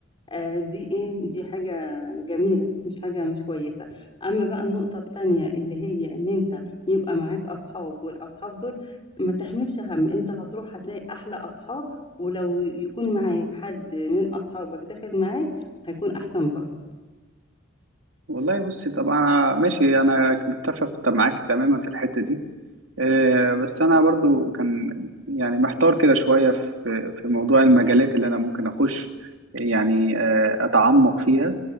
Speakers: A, on the left (about 25°); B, on the right (about 75°).
A: آآ دي إيه، دي حاجة جميلة، مش حاجة مش كويسة. أمّا بقى النقطة التانية اللي هي إن أنت يبقى معاك أصحاب والأصحاب دول ما تحملش هَم، أنت هتروح هتلاقي أحلى أصحاب، ولو يكون معاك حد من أصحابك داخل معاك هيكون أحسن برضه.
B: والله بصي طبعا ماشي انا متفق طب معاك تماما في الحتة دي آه، بس انا برضو كان يعني محتار كده شوية في في موضوع المجالات اللي انا ممكن اخش يعني آه، اتعمق فيها